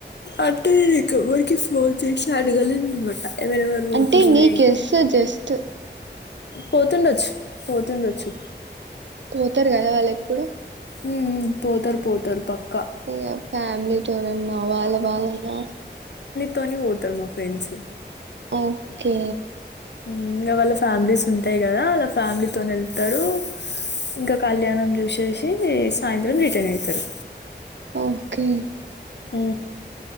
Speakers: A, on the left (about 70°); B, on the right (about 85°).
A: అంటే మీకెవ్వర్కి ఫోన్ చేసి అడగలే అన్నమాట ఎవరేవరు పోతుర్రు
B: అంటే నీ
A: ఏం
B: గెస్
A: చేసి
B: జస్ట్
A: పోతుండొచ్చు పోతుండొచ్చు.
B: పోతారు కదా వాళ్ళేప్పుడో
A: మ్ పోతారు పోతారు పక్
B: ఇగ ఫ్యామలీ తోనన్నా వాళ్ళ వాళ్ళ వా
A: తోని పోతారు మా ఫ్రెండ్స్
B: ఓకే.
A: ఇంగ వాళ్ళ ఫ్యామిలీస్ ఉంటాయి కదా వాళ్ళ ఫ్యామిలీతోనే వెళ్తారు. ఇంకా కళ్యాణం చూసేసి సాయంత్రం రిటర్న్ అయితరు.
B: ఓకే
A: ఆ